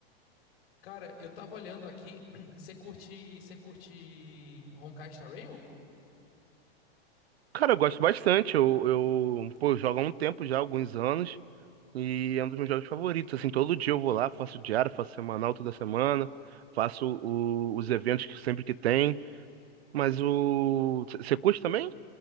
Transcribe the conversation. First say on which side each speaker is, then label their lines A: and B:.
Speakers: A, on the left (about 65°); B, on the right (about 75°).
A: Cara, eu tava olhando aqui, <clears throat> você curte, você curte Honkai Star Rail?
B: Cara, eu gosto bastante. Eu, eu, pô, eu jogo há um tempo já, alguns anos, e é um dos meus jogos favoritos. Assim, todo dia eu vou lá, faço diário, faço semanal toda semana, faço o- os eventos que sempre que tem. Mas o. Você curte também?